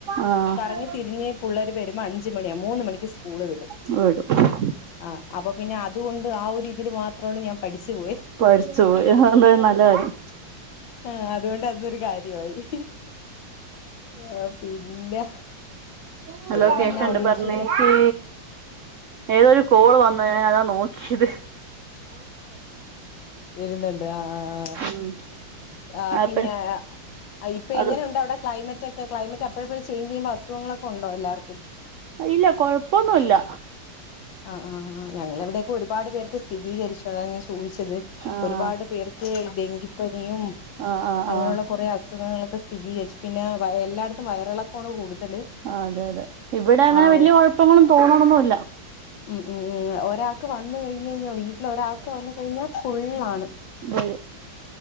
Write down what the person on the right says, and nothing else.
ആഹ്
വീടും
പഠിച്ചു പോയി അത് നല്ലകാര്യം.
ഹലോ
കേക്കണ്ട്
പറഞ്ഞേ
ക്കേ ഏതൊരു കോള് വന്ന് ഞാനതാ നോക്ക്യത്.
ഉം
ആപ്പ
അത്
ഇല്ല കൊഴപ്പൊന്നുല്ല
ആഹ്
ആഹ് ആഹ്
ആഹ്
ആഹ് അതെ യതെ ഇവടെ അങ്ങനെ
വെല്ല്യെ കൊഴപ്പങ്ങളും തോന്നണൊന്നുല്ല.
തെരെ